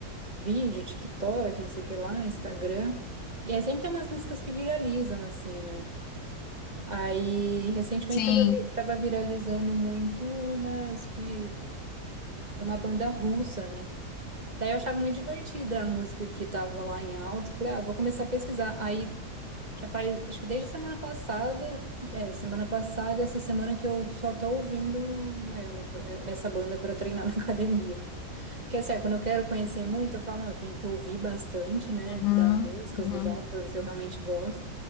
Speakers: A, on the right; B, on the left.
A: vídeo, TikTok, não sei o que lá, Instagram, e aí sempre tem umas músicas que viralizam, assim, né? Aí, recentemente,
B: Sim.
A: estava viralizando muito umas que... Uma banda russa, né? Daí eu achava muito divertida a música que tava lá em alta. Falei, ah, vou começar a pesquisar. Aí, já faz... Acho que desde semana passada... É, semana passada, essa semana que eu só tô ouvindo ela, pra- é, essa banda pra treinar <laughs> na academia. Porque, assim, é, quando eu quero conhecer muito, eu falo, não, eu tenho que ouvir bastante, né?
B: Uhum,
A: Das músicas,
B: uhum.
A: dos álbuns, pra ver se eu realmente gosto.